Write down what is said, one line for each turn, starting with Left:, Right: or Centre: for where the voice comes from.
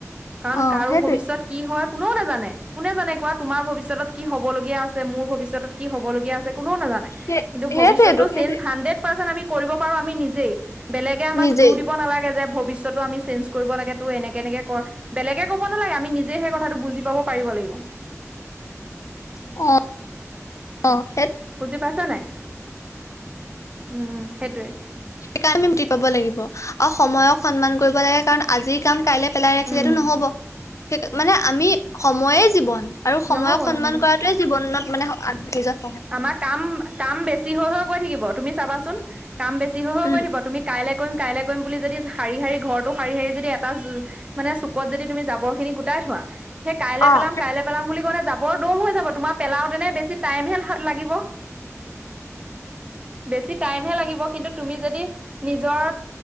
Right: কাৰণ
Left: অ',
Right: কাৰো
Left: সেইটোৱে।
Right: ভৱিষ্যয়ত কি হয় কোনেও নাজানে। কোনে জানে কোৱা তোমাৰ ভৱিষ্যত কি হবলগীয়া আছে, মোৰ ভৱিষ্যত তত কি হ'ব লগীয়া আছে কনেও নাজানে
Left: সেই
Right: কিন্তু
Left: সেইটোৱেটো
Right: ভৱিষ্যতটো
Left: সেইটোৱে।
Right: চেঞ্জেজ হাণ্ডৰেড পাৰচেন আমি কৰিব পাৰো আমি নিজেই, বেলেগে আমাক
Left: নিজেই
Right: জোৰ দিব নালাগে যে ভৱিষ চেঞ্জেজ কৰিব লাগে তোৰ এনেক এনেকে কৰ, বেলেগে ক'ব নালাগে আমি নিজে সেইটো বুজ পাব পাব লাগিব।
Left: অ', অ' সেই
Right: বুজি পাইছা নাই? উম, সেইটোৱে।
Left: সেইকাৰনে আমিতি পাব লাগিব আৰু সময়ক সন্মান কৰিব লাগে কাৰণ আজি কাম কাইলৈ পেলাই ৰাখিলেটো
Right: উম
Left: নহ'ব। সেই মানে আমি সময়ে জীৱন আৰু সময়ক
Right: নহ'ব
Left: সন্মান
Right: নহ'ব
Left: কৰাটোৱেই জীৱনত মানে আগবাঢ়ি য
Right: আমাৰ কাম কাম বেছি হৈ হৈ গৈ থাকিব, তুমি চাবাচোন কাম বেছি হৈ হৈ
Left: উম,
Right: গৈ থাকিব, তুমি কাইলৈ কৰিম, কাইলৈ কৰিম বুলি যদি শাৰী শাৰী ঘৰটো শাৰী শাৰী যদি এটা যু মানে চুকত যদি তুমি জাবৰখিনি গোটাই থোৱা সেই কাইলৈ
Left: অ',
Right: পেলাম কাইলৈ পেলাম বুলি ক'লে জাবৰ দং হৈ যাব, তোমাৰ পেলাওতেনে বেছি টাইমহে লাগিব। বেছি টাইমহে লাগিব কিন্তু তুমি যদি নিজৰ